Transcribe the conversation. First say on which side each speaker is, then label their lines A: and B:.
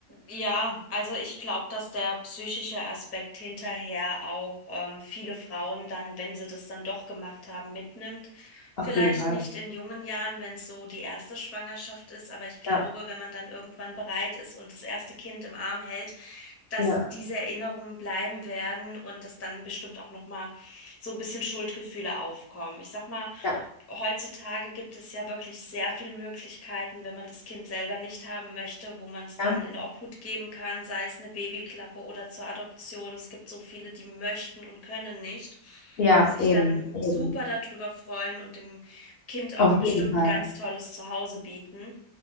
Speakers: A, on the left; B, on the left.
A: Ja, also ich glaube, dass der psychische Aspekt hinterher auch ähm, viele Frauen dann, wenn sie das dann doch gemacht haben, mitnimmt.
B: Auf
A: Vielleicht
B: jeden Fall.
A: nicht in jungen Jahren, wenn es so die erste Schwangerschaft ist, aber ich glaube,
B: Ja,
A: wenn man dann irgendwann bereit ist und das erste Kind im Arm hält, dass
B: ja,
A: diese Erinnerungen bleiben werden und dass dann bestimmt auch noch mal so ein bisschen Schuldgefühle aufkommen. Ich sag mal,
B: Ja,
A: heutzutage gibt es ja wirklich sehr viele Möglichkeiten, wenn man das Kind selber nicht haben möchte, wo man es dann
B: ja,
A: in Obhut geben kann, sei es eine Babyklappe oder zur Adoption. Es gibt so viele, die möchten und können nicht,
B: ja,
A: die sich
B: eben,
A: dann
B: eben,
A: super darüber freuen und dem Kind auch
B: auf
A: bestimmt
B: jeden Fall.
A: ein ganz tolles Zuhause bieten.